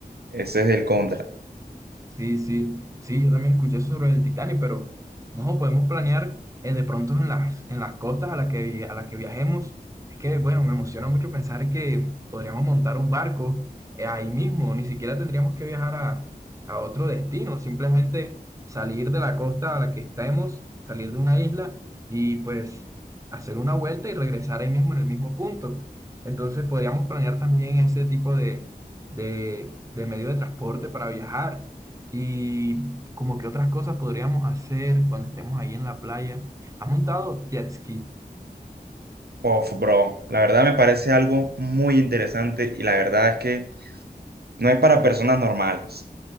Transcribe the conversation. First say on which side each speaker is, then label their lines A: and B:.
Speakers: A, on the right; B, on the right.
A: ese es el contra.
B: Sí, sí, sí, yo también escuché eso sobre el Titanic, pero no podemos planear eh, de pronto en las, en las costas a las que, vi- a las que viajemos. Es que, bueno, me emociona mucho pensar que podríamos montar un barco eh, ahí mismo, ni siquiera tendríamos que viajar a, a otro destino, simplemente salir de la costa a la que estemos, salir de una isla y pues hacer una vuelta y regresar ahí mismo en el mismo punto. Entonces podríamos planear también ese tipo de, de, de medio de transporte para viajar y como que otras cosas podríamos hacer cuando estemos ahí en la playa. ¿Has montado jet ski?
A: Uf, bro, la verdad me parece algo muy interesante y la verdad es que No es para personas normales.